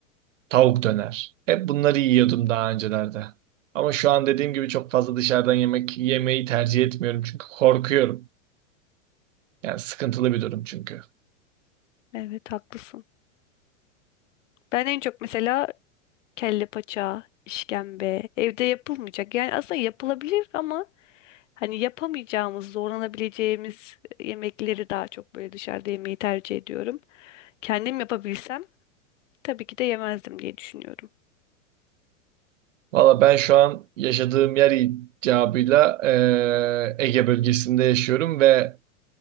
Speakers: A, on the right; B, on the left.
A: tavuk döner. Hep bunları yiyordum daha öncelerde. Ama şu an dediğim gibi çok fazla dışarıdan yemek yemeyi tercih etmiyorum çünkü korkuyorum. Yani sıkıntılı bir durum çünkü.
B: Evet haklısın. Ben en çok mesela kelle paça, işkembe evde yapılmayacak. Yani aslında yapılabilir ama hani yapamayacağımız, zorlanabileceğimiz e, yemekleri daha çok böyle dışarıda yemeyi tercih ediyorum. Kendim yapabilsem tabii ki de yemezdim diye düşünüyorum.
A: Valla ben şu an yaşadığım yer icabıyla eee, Ege bölgesinde yaşıyorum ve